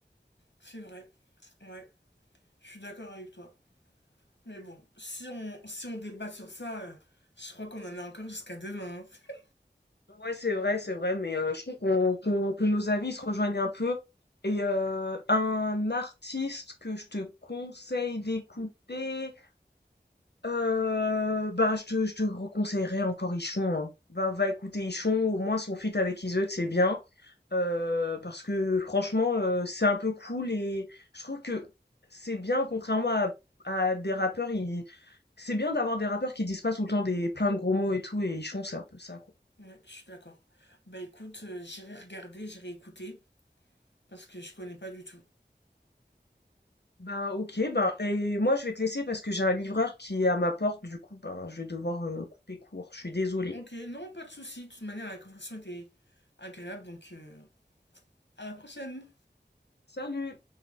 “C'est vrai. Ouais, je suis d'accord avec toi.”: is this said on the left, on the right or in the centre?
Left